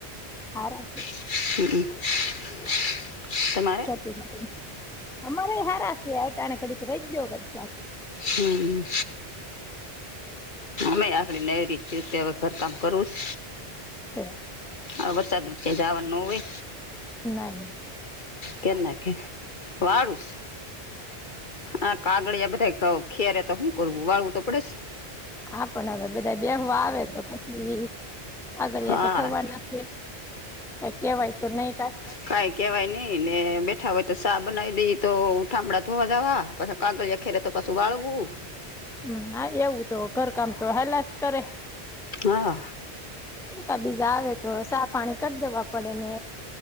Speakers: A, in the centre; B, on the left.
A: હારા શે
B: <unintelligible> તમાર
A: અમારે સારા છે <unintelligible>
B: હમ્મ મે આકરી નેહરી <unintelligible> ગર કામ કરવું છ
A: <unintelligible>
B: આ વરસાદ ક્યાં જવાનું નહિ હોય
A: નાઈ
B: કેમ ના કે વારુસ આ કાગળિયા બધા ક ખેરે તો હું કરવું વાળવું તો પડેસ
A: હા પણ હવે બધા બેહવા આવે તો પછી આગળિયા
B: હા
A: તો ખરવાના છે કઈ કેવાય તો નહી કા
B: કઈ કેવાય ની ને બેઠા હોય તો સા બનાવી દઈ તો <unintelligible> કાગળ અખેરે તો પાછું વાળવું
A: હમ્મ મારે એવુજ ઘર કામ તો હલયાચ કરે <unintelligible>
B: હા
A: એ ત બીજા આવે તો ચા પાની કર દેવા પડે ને